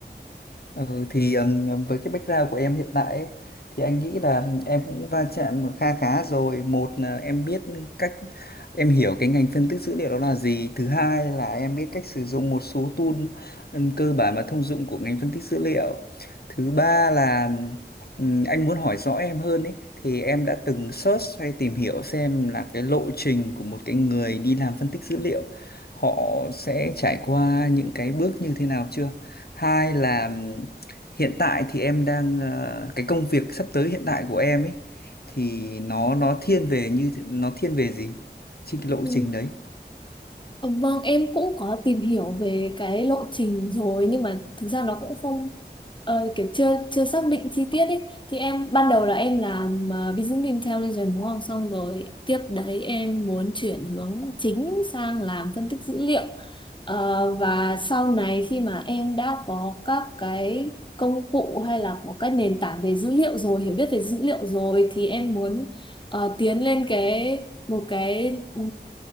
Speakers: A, on the left; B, on the left.
A: Ừ, thì um, với cái background của em hiện tại ấy, thì anh nghĩ là em cũng va chạm kha khá rồi. Một là em biết cách em hiểu cái ngành phân tích dữ liệu đó là gì. Thứ hai là em biết cách sử dụng một số tool ừm, cơ bản và thông dụng của ngành phân tích dữ liệu. Thứ ba là ừm, anh muốn hỏi rõ em hơn ấy thì em đã từng search hay tìm hiểu xem là cái lộ trình của một cái người đi làm phân tích dữ liệu họ sẽ trải qua những cái bước như thế nào chưa? Hai là hiện tại thì em đang ờ, cái công việc sắp tới hiện tại của em ấy thì nó nó thiên về như nó thiên về gì trên cái lộ
B: Ừ.
A: trình đấy
B: Ờ, Vâng, em cũng có tìm hiểu về cái lộ trình rồi nhưng mà thực ra nó cũng không ờ, kiểu chưa chưa xác định chi tiết ấy. Thì em ban đầu là em làm ờ, business intelligence đúng không? Xong rồi tiếp đấy em muốn chuyển hướng chính sang làm phân tích dữ liệu. Ờ, và sau này khi mà em đã có các cái công cụ hay là có các nền tảng về dữ liệu rồi, hiểu biết về dữ liệu rồi thì em muốn ờ, tiến lên cái một cái ừ,